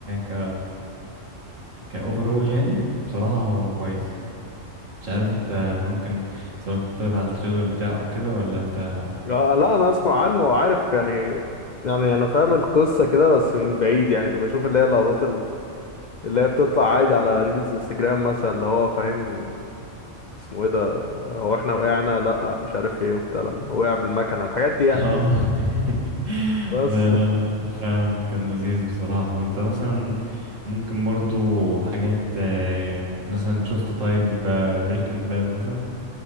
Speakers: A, on the right; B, on the left.
A: ك كأوفرول يعني بصراحة هو كويس مش عارف انت ممكن اتفرجت طيب على التريلر بتاعه كده ولا انت
B: آه لا انا اسمع عنه وعارف يعني يعني انا فاهم القصة كده بس من بعيد يعني كنت اشوف اللي هي اللقطات اللي هي بتطلع عادي على ريلز انستجرام مثلا اللي هو فاهم اسمه ايه ده هو احنا وقعنا لا مش عارف ايه وبتاع لما وقع بالمكنه الحاجات دي يعني
A: اه <laughs> لا
B: بس
A: لا لا فعلا كان لذيذ بصراحة وانت مثلا ممكن برضو حاجات آه، مثلا شفت طيب بريكنج باد مثلا